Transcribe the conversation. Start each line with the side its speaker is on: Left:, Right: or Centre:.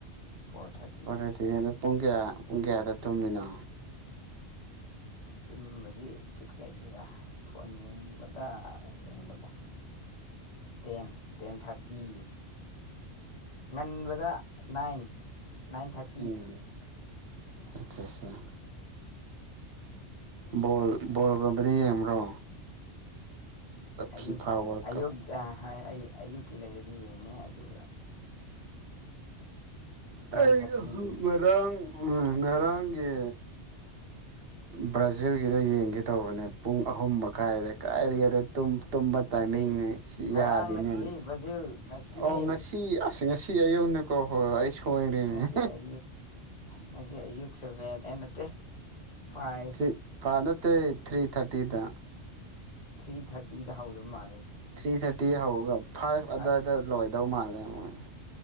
Left: four thirty
Right: four thirty ꯄꯨꯡ ꯀꯌꯥ ꯄꯨꯡ ꯀꯌꯥꯗ ꯇꯨꯝꯃꯤꯅꯣ
Left: ꯇꯨꯝꯕꯗꯤ ꯐꯤꯛꯁ ꯂꯩꯇꯦꯗ ꯐꯣꯟ ꯌꯦꯡꯕꯗ ꯌꯦꯡꯕꯗ ꯇꯦꯟ ꯇꯦꯟ ꯊꯥꯔ ꯇꯤ ꯉꯟꯕꯗ ꯅꯥꯏꯟ ꯅꯥꯏꯟ ꯊꯥꯔꯇꯤ
Right: ꯎꯝ ꯑꯆꯥ ꯑꯠꯆꯥ ꯣ ꯕꯣꯜꯒꯨꯝꯕꯗ ꯌꯦꯡꯕ꯭ꯔꯣ
Left: ꯑꯌꯨꯛ
Right: ꯐꯤꯐꯥ ꯋꯥꯔꯜ
Left: ꯑꯌꯒ
Right: ꯀꯞ
Left: ꯍꯣꯏ ꯑꯌꯨꯛꯀꯤ ꯂꯩꯔꯗꯤ ꯌꯦꯡꯉꯦ ꯑꯗꯨꯒ ꯅꯥꯏꯟ
Right: ꯑꯩ
Left: ꯊꯥꯔꯇꯤ
Right: ꯃꯔꯥꯡ ꯎ ꯉꯔꯥꯡ ꯁꯝꯒꯤ ꯕ꯭ꯔꯥꯖꯤꯜꯒꯤꯗꯣ ꯌꯦꯡꯒꯦ ꯇꯧꯕꯅꯦ ꯄꯨꯡ ꯑꯍꯨꯝ ꯃꯈꯥꯏꯗ ꯀꯗꯥꯥꯏꯗꯒꯤ ꯑꯗꯣ ꯇꯨꯝꯕ ꯇꯥꯏꯃꯤꯡꯅꯦ
Left: ꯑꯩ
Right: ꯁꯤ
Left: ꯉꯔꯥꯡ
Right: ꯌꯥꯗꯦꯅꯦꯅ
Left: ꯅꯠꯇꯦꯍꯦ ꯕ꯭ꯔꯥꯖꯤꯜ ꯉꯁꯤꯅꯦ
Right: ꯑꯣ ꯉꯁꯤ ꯑꯁ ꯉꯁꯤ ꯑꯌꯨꯝꯗ ꯀꯣ ꯍꯣꯏ ꯁꯣꯏꯔꯦꯅꯦ
Left: ꯅꯁꯤ ꯑꯨ ꯉꯁꯤ ꯑꯌꯨꯛ ꯁꯕꯦꯟ ꯑꯦ ꯅꯠꯇꯦ ꯐꯥꯏꯚ
Right: ꯊꯔꯤ ꯐꯥꯅꯠꯇ꯭ꯔꯦ ꯊ꯭ꯔꯤ ꯊꯥꯔꯇꯤꯗ
Left: ꯊ꯭ꯔꯤ ꯊꯥꯔꯇꯤꯗ ꯍꯧ ꯑꯗꯨ ꯃꯥ
Right: ꯊ꯭ꯔꯤ ꯊꯥꯔꯇꯤ ꯍꯧꯒ ꯐꯥꯏꯚ ꯑꯗꯨꯋꯥꯏꯗ
Left: ꯑꯥ ꯊ꯭ꯔꯤ
Right: ꯂꯣꯏ ꯗꯧ ꯃꯥꯜꯂꯦ ꯃꯣꯏ